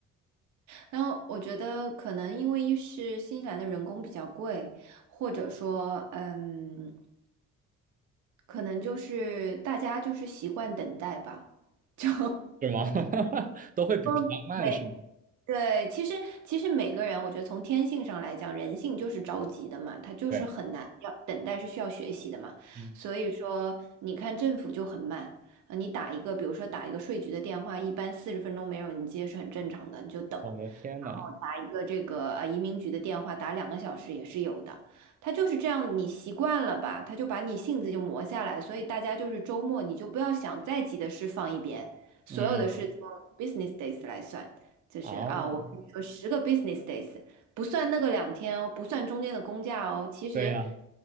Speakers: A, on the right; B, on the right.
A: 然后我觉得可能因为一是新西兰的人工比较贵，或者说，嗯，可能就是大家就是习惯等待吧，就
B: <laughs> 是吗？<laughs> 都会比比较慢，
A: <laughs> 嗯，每
B: 是吗？
A: 对，其实其实每个人，我觉得从天性上来讲，人性就是着急的嘛，他就是很难要等待是需要学习的嘛。
B: 对。嗯
A: 所以说，你看政府就很慢，呃，你打一个，比如说打一个税局的电话，一般四十分钟没有人接是很正常的，你就等。
B: 我的天呐，
A: 然后打一个这个呃移民局的电话，打两个小时也是有的。他就是这样，你习惯了吧，他就把你性子就磨下来。所以大家就是周末你就不要想再急的事放一边，所有的事从
B: 嗯，
A: business days 来算。就是啊，
B: 啊，
A: 我跟你说，十个 business days 不算那个两天哦，不算中间的公假哦，其实
B: 对呀，